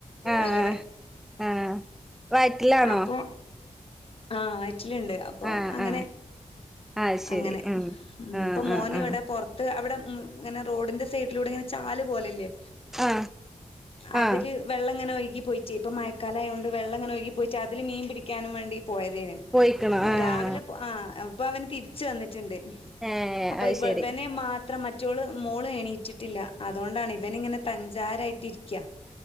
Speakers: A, in the centre; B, on the left.
A: ആഹ്
B: അങ്ങനെ
A: ആഹ് വയറ്റിലാണോ
B: അപ്പോ ആ വ റ്റിലുണ്ട് അപ്പോ
A: ആഹ്
B: അങ്ങനെ
A: ആഹ് ആഹ് ശരി
B: അങ്ങനെ
A: ഉം ആഹ്
B: ഇപ്പോ മോനെ
A: ആഹ്
B: ഇവിടെ
A: ആഹ്
B: പുറത്ത് ഇങ്ങനെ റോഡിന്റെ സൈഡിന്റെ അവിടെ ചാലി പോലെ ഇല്ലേ
A: ആഹ്
B: അതിലെ
A: ആഹ്
B: വെള്ള ഇങ്ങനെ ഒഴുകിപ്പോയിട്ടേ ഇപ്പം മഴക്കാലം ആയത് വെള്ളം എങ്ങനെ ഒഴുകിപ്പോയിട്ട് അതിലും മീൻ പിടിക്കാൻ വേണ്ടിയിട്ട് പോയതാണ്
A: പോയിക്കണോ ആഹ്
B: രാവിലെ പോ ആ ഇപ്പോ അവൻ തിരിച്ച വന്നിട്ടുണ്ട്
A: ഏഹ്
B: അപ്പൊവനെ
A: അത് ശരി
B: മാത്രംറ്റ മച്ചോള് മോള് എണീയിച്ചിട്ടില്ല അതുകൊണ്ടാണ് ഇവൻ ഇങ്ങനെ പഞ്ചാറായിട്ട്രിക്ക